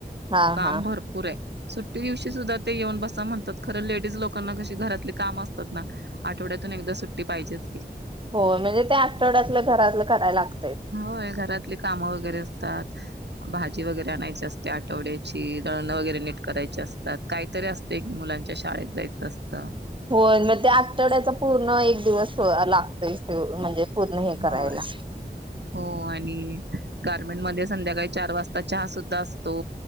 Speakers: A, on the right; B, on the right.
A: हा
B: काम
A: हा
B: भरपूर आहे. सुट्टी दिवशी सुद्धा ते येऊन बसा म्हणतात खरं लेडीज लोकांना कशी घरातली काम असतात ना आठवड्यातून एकदा सुट्टी पाहिजेच की.
A: हो म्हणजे त्या आठवड्यातलं घरातलं करायला लाग
B: होय घरातले काम वगैरे असतात भाज जी वगैरे आणायची असते आठवड्याची दळणं वगैरे नीट करायची असतात काहीतरी असतय की मुलांच्या शाळेत जायचं असतं.
A: होय म ते आठवड्याचा पूर्ण एक दिवस हॊ लाग म्हणजे पूर्ण हे करायला
B: होय हो आणि गार्मेंट मध्ये संध्याकाळी चार वाजता चहा सुद्धा असतो,